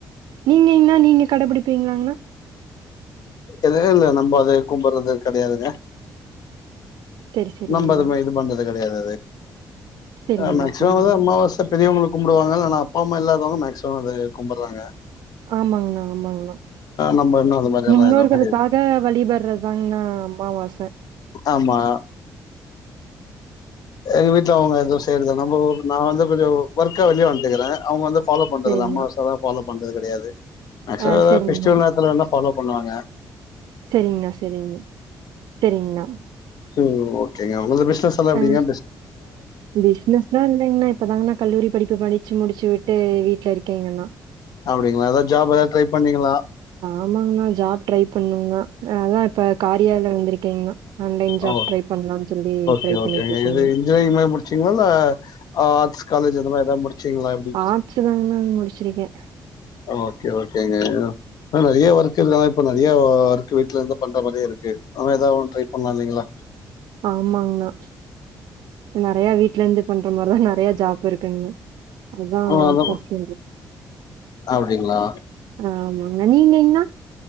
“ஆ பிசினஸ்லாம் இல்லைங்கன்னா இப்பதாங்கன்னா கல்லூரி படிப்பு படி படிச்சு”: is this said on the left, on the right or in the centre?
Right